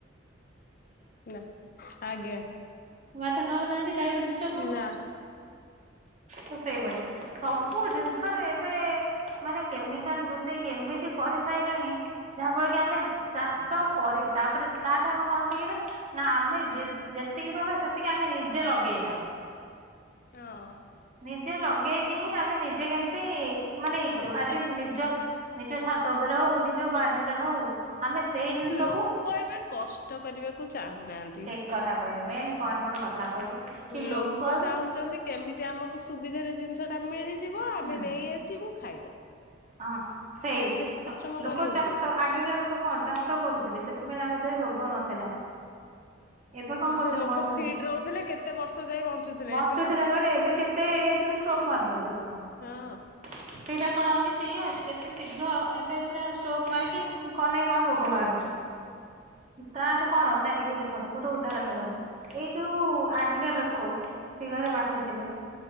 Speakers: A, on the left; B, on the right.
A: ନାଁ। <unintelligible>
B: ଭାତ ଖାଉନାହାନ୍ତି ଡାୟବିଟିସ୍ ଲୋକ।
A: ନା
B: ତ ସେଇଭଳିଆ ସବୁ ଜିନିଷରେ ଏବେ। ମାନେ କେମିକାଲ ମିଶେଇକି ଏମିତି କରିସାଇଲେଣି ଯାହାଫଳେ କି ଆମେ ଚାଷ ଆଉ କରେଇ ତାପରେ ତାଠୁ ଆମେ କଣ ଶିଖିଲଲେ ନା ଆମେ ଯେ ଯେତିକି ପଇବା ସେତିକି ଆମେ ନିଜେ। ଯେ ଲଗେଇବା।
A: ହଁ।
B: ନିଜେ ଲଗେଇକି ହିଁ ଆମେ ନିଜେ କେମିତି ମାନେ ଇଏ
A: ନିଜେ
B: କରିବ ଆଜି ନିଜ। ନିଜ ଛାତ ଉପରେ ହଉ ନିଜ ବାରିରେ ହଉ ଆମେ ସେଇ ଜିନିଷକୁ।
A: ଲୋକ ଏବେ କଷ୍ଟ କରିବାକୁ ଚାହୁଁନାହାନ୍ତି।
B: ଠିକ କଥା କହିଲେ ମେନ୍ ପଏଣ୍ଟ ଗୋଟେ କଥା କହିଲେ କି
A: ଲୋକ
B: ଏବେ
A: ଚାହୁଁଛନ୍ତି କେମିତି ଆମ। କୁ ସୁବିଧାରେ ଜିନିଷ ଟା ମିଳିଯିବ ଆମେ
B: ହୁଁ
A: ନେଇ ଆସିବୁ ଖାଇଦବୁ।
B: ହଁ ସେଇଆ
A: ଏତେ ପରିଶ୍ରମ
B: ସ ଲୋକ
A: କରିବ
B: ଚାଷ
A: କିଏ
B: ଆଗେକା ଲୋକ କଣ ଚାଷ। କରୁଥିଲେ ସେଥିପାଇଁ ତାଙ୍କ ଦେହରେ ରୋଗ ନଥିଲା। ଏବେ କଣ କରୁଛନ୍ତି
A: ସେ ଲୋକ
B: ବସୁଛ
A: ଫିଟ୍ ରହୁଥିଲେ କେତେ ବର୍ଷ ଯାଏ
B: ବଞ୍ଚୁଥିଲେ
A: ଏବେକା ଲୋକ
B: କହିଲ ଏବେ କେତେ ଏଜେ ରେ ଷ୍ଟ୍ରୋକ। ମାରି ଦଉଛି ଲୋକଙ୍କୁ
A: ହଁ
B: ସେଇଟା କଣ ହଉ କି ଠିକ ଅଛି କେତେ ଶୀଘ୍ର ଏବେ ପୁରା ଷ୍ଟ୍ରୋକ ମାରିକି କନ୍ ନାଇ କଣ ରୋଗ ବାହାରୁଛି। ତାଠୁ କଣ ନା ଏଇ ଦେଖନ୍ତୁ ଗୋଟେ ଉଦାହରଣ ଦେଖନ୍ତୁ ଏଇ ଯୋଉ ଆଗିକା ଲୋକ। ଶିଳରେ ବାଟୁଥିଲେ।